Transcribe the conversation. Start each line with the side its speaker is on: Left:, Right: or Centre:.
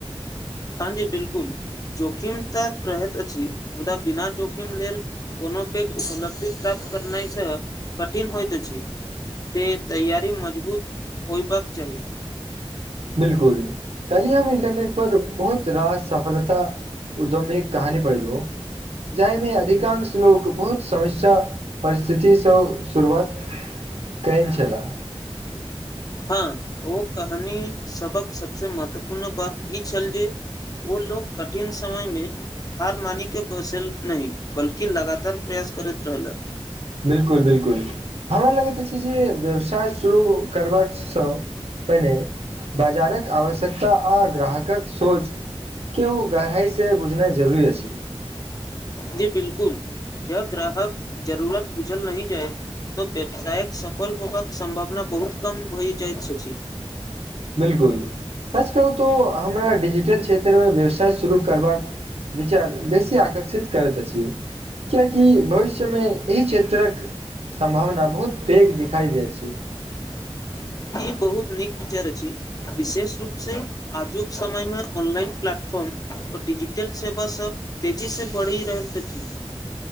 Left: हं जी बिलकुल जोखिम तऽ रहैत अछि, मुदा बिना जोखिम लेल कोनो पेघ उपलब्धि प्राप्त करनाय स कठिन होइत अछि। तैं तैयारी मजबूत होइबाक चाही।
Right: बिल्कुल कलिए हम इंटरनेट पर बहुत रास सफलता उद्यमीक कहानी पढ़ेलुओ जाहि मे अधिकांश लोक, बहुत समस्या परिस्थिति सँ शुरुआत कैन छलाह।
Left: हँ ओ कहानी सबक सबसँ महत्वपूर्ण बात ई छल जे ओ लोक कठिन समय में हार मानि क बैसल नहि, बल्कि लगातार प्रयास करैत रहलऽ।
Right: बिल्कूल-बिल्कूल, हमरा लगैत अछि जे व्यवसाय शुरू करबाक सँ पहिने बाजारक आवश्यकता आ ग्राहकक सोच केओ गहराई स बुझनाय जरुरी अछि।
Left: जी बिल्कुल ज ग्राहक जरूरत बुझल नहि जाय त व्यवसायक सफल होबाक सम्भावना बहुत कम भय जाएत छछी।
Right: बिल्कुल सच कहु तो हमरा डिजिटल क्षेत्र मे व्यवसाय शुरू करबाक विचार बेसी आकर्षित करैत अछि। कियाएकि भविष्य मे एहि क्षेत्रक सम्भावना बहुत पैघ दिखाई दै अछि।
Left: ई बहुत नीक विचार अछि विशेष रुप से आजुक समय मे ऑनलाइन प्लेटफार्म और डिजिटल सेवा सब तेजी से बढ़ि रहत अछि।